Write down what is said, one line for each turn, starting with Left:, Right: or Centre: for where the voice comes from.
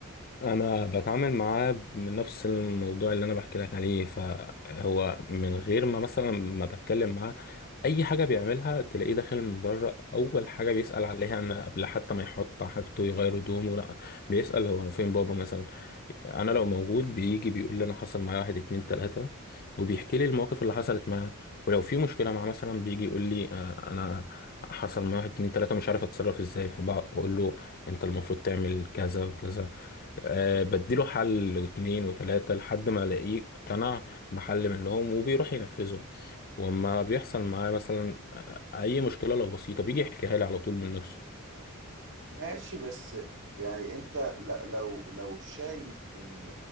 Left: انا بتعامل معاه من نفس الموضوع اللي انا بحكي لك عليه فهو من غير ما مثلا ما بتكلم معاه اي حاجه بيعملها تلاقيه داخل من بره اول حاجه بيسال عليها ان قبل حتى ما يحط حاجته يغير هدومه لا بيسال هو فين بابا مثلا انا لو موجود بيجي بيقول لي انا حصل معايا واحد اتنين تلاته وبيحكي لي المواقف اللي حصلت معاه ولو في مشكله معاه مثلا بيجي يقول لي آه، انا حصل معايا واحد اتنين تلاته مش عارف اتصرف ازاي فبقول له انت المفروض تعمل كذا وكذا أه بديله حل واتنين وتلاتة لحد ما الاقيه اقتنع بحل منهم وبيروح ينفذه وما بيحصل معاه مثلا آه، اي مشكلة لو بسيطة بيجي يحكيها لي على طول من نفسه
Right: ماشي بس يعني انت ل- لو لو شايف ان